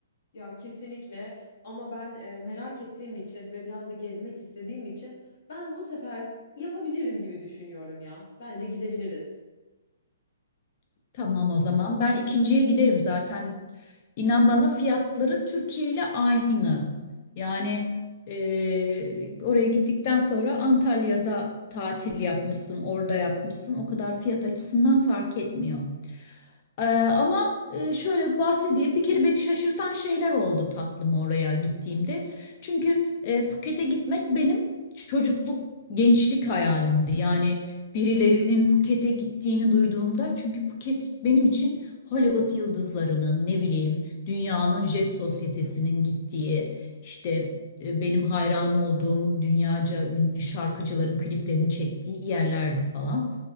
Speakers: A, on the left; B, on the left.
A: Ya kesinlikle ama ben e, merak ettiğim için ve biraz da gezmek istediğim için ben bu sefer yapabilirim gibi düşünüyorum ya. Bence gidebiliriz.
B: Tamam o zaman. Ben ikinciye giderim zaten. İnan bana fiyatları Türkiye ile aynı. Yani e, oraya gittikten sonra Antalya'da tatil yapmışsın, orada yapmışsın. O kadar fiyat açısından fark etmiyor. Ee, ama e, şöyle bahsedeyim. Bir kere beni şaşırtan şeyler oldu tatlım oraya gittiğimde. Çünkü e, Phuket'e gitmek benim çocukluk, gençlik hayalimdi. Yani birilerinin Phuket'e gittiğini duyduğumda çünkü Phuket benim için Hollywood yıldızlarının ne bileyim dünyanın jet sosyetesinin gittiği işte e, benim hayran olduğum dünyaca ünlü şarkıcıların kliplerini çektiği yerlerdi falan.